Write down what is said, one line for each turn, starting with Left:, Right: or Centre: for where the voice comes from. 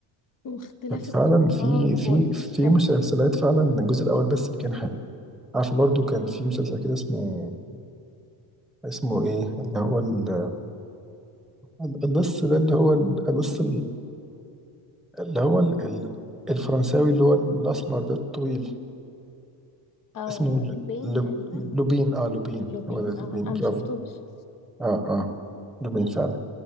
Left: واختلاف
Centre: فعلا
Left: الثقافات
Centre: في في
Left: و...
Centre: في
Left: فاهم
Centre: مسلسلات فعلا الجزء الاول بس اللي كان حلو عارفه برضو كان في مسلسل كده اسمه اسمه ايه اللي هو ال- ال- القص ده اللي هو القص اللي هو ال- ال- الفرنساوي اللي هو الأسمر ده الطويل
Left: اه
Centre: اسمه ل-
Left: لوبين
Centre: ل-
Left: تقريبا
Centre: لوبين اه لوبين
Left: لوبين
Centre: هو ده
Left: اه
Centre: لوبين
Left: انا ما
Centre: برافو
Left: شفتوش
Centre: اه اه لوبين فعلا